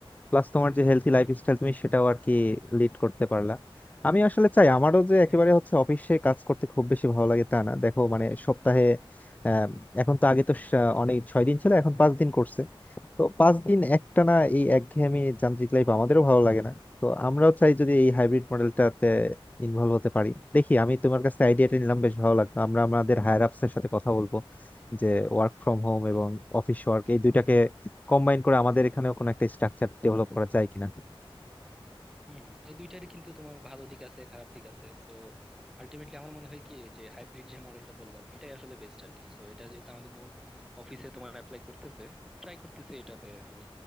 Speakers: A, on the left; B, in the centre.
A: প্লাস তোমার যে হেলথি
B: হুম
A: লাইফস্টাইল
B: হুম হুম,
A: তুমি সেটাও আর কি লিড করতে পারলা আমি আসলে চাই আমারও যে
B: হ্যাঁ
A: একেবারে
B: হ্যাঁ
A: হচ্ছে অফিসে কাজ করতে খুব বেশি ভালো লাগে তা না দেখো মানে সপ্তাহে আম, এখন তো আগে তো সা- অনেক ছয় দিন ছিল এখন পাঁচ দিন করছে তো পাঁচ দিন একটানা এই একঘেয়েমি যান্ত্রিক লাইফ আমাদেরও ভালো লাগে না তো আমরাও চাই যদি এই হাইব্রিড মডেলটাতে ইনভলভ হতে পারি দেখি আমি তোমার কাছে আইডিয়াটা নিলাম বেশ ভালো
B: হুম
A: লাগলো
B: হুম
A: আমরা আমাদের হায়ার আপস এর সাথে কথা বলবো যে ওয়ার্ক ফ্রম হোম
B: হুম
A: এবং
B: হুম
A: অফিস ওয়ার্ক এই দুইটাকে কম্বাইন করে আমাদের এখানেও কোনো একটা স্ট্রাকচার ডেভেলপ করা যায় কিনা
B: হুম হুম। এই দুইটারই কিন্তু তোমার ভালো দিক আছে খারাপ দিক আছে সো আলটিমেটলি আমার মনে হয় কি যে হাইব্রিড যে মডেলটা বললাম এটাই আসলে বেস্ট আর কি সো এটা যেহেতু আমাদের অফিসে তোমার অ্যাপ্লাই করতেছে ট্রাই করতেছে এটাতে আমি